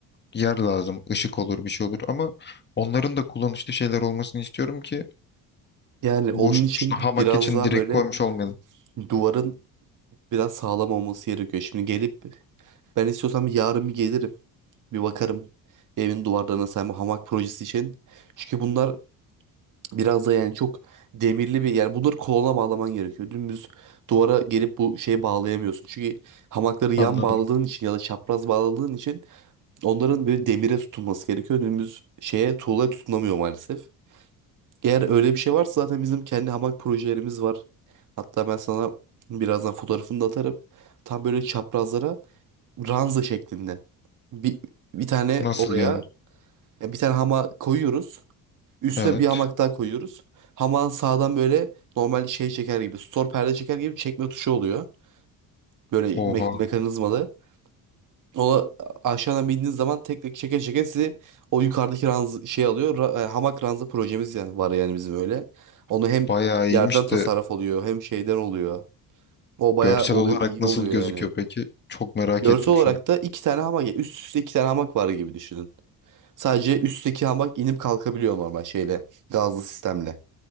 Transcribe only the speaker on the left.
yer lazım. Işık olur, bir şey olur ama onların da kullanışlı şeyler olmasını istiyorum ki
Boş
boşuna hamak
için
direkt
koymuş olmayalım.
Anladım.
Nasıl
yani?
Evet.
Oha.
Bayağı
iyiymiş
de
görsel
olarak
nasıl
gözüküyor
peki? Çok merak
ettim
şu an.